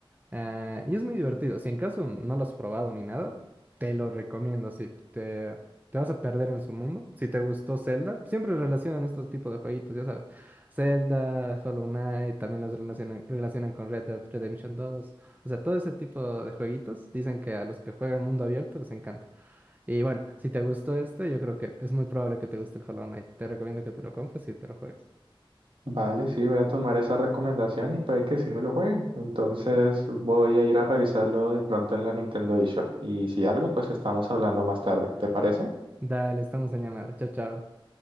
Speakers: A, on the right (about 20°); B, on the right (about 65°).
A: Ah, y es muy divertido. Si en caso no lo has probado ni nada, te lo recomiendo. Si te, te vas a perder en su mundo. Si te gustó Zelda, siempre relacionan estos tipos de jueguitos, ya sabes. Zelda, Hollow Knight, también los relacionan, relacionan con Red Dead Redemption dos O sea, todo ese tipo de jueguitos dicen que a los que juegan mundo abierto les encanta. Y bueno, si te gustó este, yo creo que es muy probable que te guste el Hollow Knight. Te recomiendo que te lo compres y te lo juegues.
B: Vale, sí, voy a tomar esa recomendación y puede que sí me lo juegue. Entonces voy a ir a revisarlo de pronto en la Nintendo eShop. Y si algo, pues estamos hablando más tarde. ¿Te parece?
A: Dale, estamos en llamada. Chao, chao.